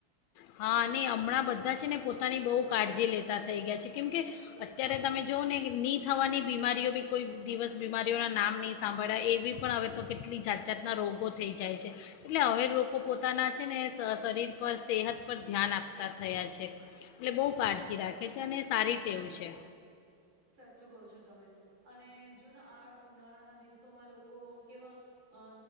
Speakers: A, on the left; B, on the right.
A: હા ને હમણાં બધા ને પોતાની બહુ કાળજી લેતા થઈ ગયા છે કેમ કે અત્યારે તમે જોઓ ને ની થવાની બીમારીઓ બી કોઈ દિવસ બીમારીઓના નામ નહીં સાંભળ્યા એવી પણ હવે તો કેટલી જાત સા જાતના રોગો થઈ જાય છે એટલે હવે લોકો પોતાના છે ને શરીર પર સેહત પર ધ્યાન આપતા થયા છે એટલે બહુ કાળજી રાખે છે અને સારીતેવું છે.
B: સાચું કહો છો તમે અને જો ને આ ઉનાળાના દિવસોમાં લોકો કેવા અ